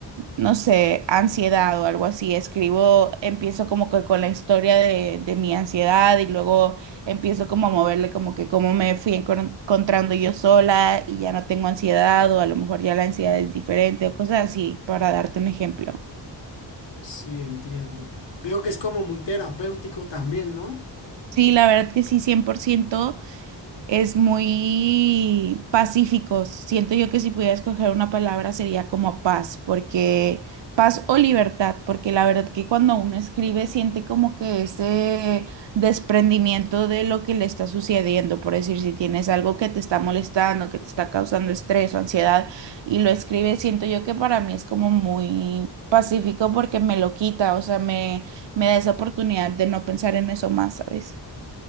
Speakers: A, on the right; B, on the left.
A: no sé, ansiedad o algo así. Escribo, empiezo como que con la historia de, de mi ansiedad y luego empiezo como a moverle como que cómo me fui encon- encontrando yo sola y ya no tengo ansiedad o a lo mejor ya la ansiedad es diferente o cosas así, para darte un ejemplo.
B: Sí, entiendo. Veo que es como muy terapéutico también, ¿no?
A: Sí, la verdad que sí, 100% es muy pacíficos. Siento yo que si pudiera escoger una palabra sería como paz, porque paz o libertad, porque la verdad que cuando uno escribe siente como que ese desprendimiento de lo que le está sucediendo, por decir, si tienes algo que te está molestando, que te está causando estrés o ansiedad y lo escribes, siento yo que para mí es como muy pacífico porque me lo quita, o sea, me, me da esa oportunidad de no pensar en eso más, ¿sabes?